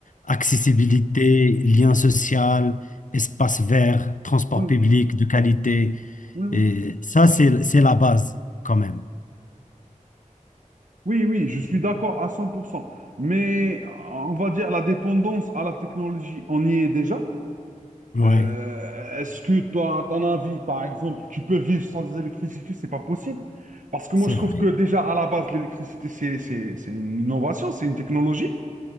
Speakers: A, on the left (about 75°); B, on the right (about 70°).
A: Accessibilité, lien social, espace vert, transport
B: Mm.
A: public
B: oui,
A: de qualité.
B: oui, oui.
A: Et ça, c'est, c'est la base quand même.
B: Oui, oui, je suis d'accord à 100%. Mais on va dire la dépendance à la technologie, on y est déjà.
A: Oui,
B: Euh, est-ce que toi, à ton avis, par exemple, tu peux vivre sans électricité? C'est pas possible. Parce que moi,
A: c'est
B: je trouve
A: vrai.
B: que déjà, à la base, l'électricité, c'est c'est- c'est une innovation, c'est une technologie.